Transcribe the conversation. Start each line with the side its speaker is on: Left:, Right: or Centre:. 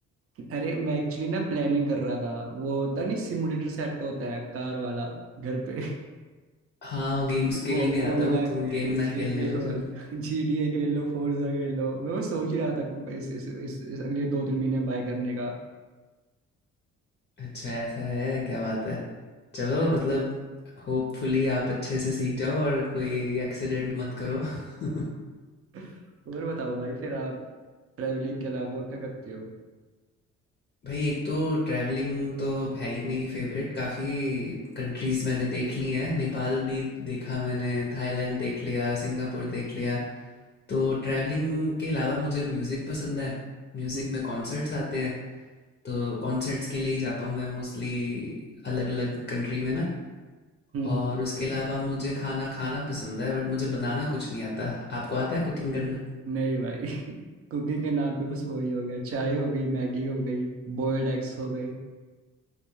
Right: अरे मैं एक्चुअली ना प्लानिंग कर रहा था वो होता नहीं सिमुलेटर सेट होता है कार वाला घर पे
Left: हाँ गेम्स के
Right: वो
Left: लिए भी
Right: वो
Left: आता
Right: लगा
Left: है वो तुम
Right: के
Left: गेम
Right: GTA
Left: ना खेलने लग
Right: खेल
Left: जाना
Right: GTA खेल लो फोर्जा खेल लो मैं वो सोच ही रहा था कि इस इस इस, इस अगले दो तीन महीने में बाय करने का
Left: अच्छा ऐसा है क्या बात है चलो
Right: मेरा
Left: मतलब होपफुली आप अच्छे से सीख जाओ और कोई एक्सीडेंट मत करो <laughs>
Right: <laughs> और बताओ भाई फिर आप ट्रैवलिंग के अलावा और क्या करते हो
Left: भाई एक तो ट्रैवलिंग तो है ही मेरी फेवरेट काफ़ी कंट्रीज़ मैंने देख ली हैं नेपाल भी देखा मैंने थाईलैंड देख लिया सिंगापुर देख लिया तो ट्रैवलिंग के अलावा मुझे म्यूज़िक पसंद है म्यूज़िक
Right: हम्म,
Left: में कॉन्सर्ट्स आते हैं तो कॉन्सर्ट्स के लिए ही जाता हूँ मैं मोस्टली अलग अलग कंट्री में ना
Right: हम्म,
Left: और उसके अलावा मुझे खाना खाना पसंद है बट मुझे बनाना कुछ नहीं आता आपको आता
Right: हम्म।
Left: है कुकिंग करना
Right: नहीं भाई <laughs> कुकिंग के नाम पे बस वही हो गया चाय हो गई मैगी हो गई बॉयल्ड एग्स हो गए